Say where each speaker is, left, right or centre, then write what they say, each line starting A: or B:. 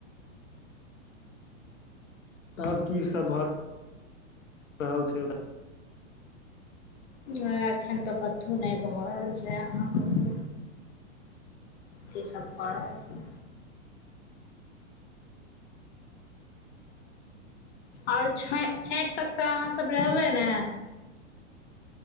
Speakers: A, on the left (about 85°); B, on the left (about 55°).
A: तब की सब भऽ रहल छै
B: नय एखन त कथु नय भऽ रहल छै अहां कहु करि सब भऽ रहल छै
A: <inaudible>
B: आओर <unintelligible> छठि तक तऽ अहाँ सब रहबै ने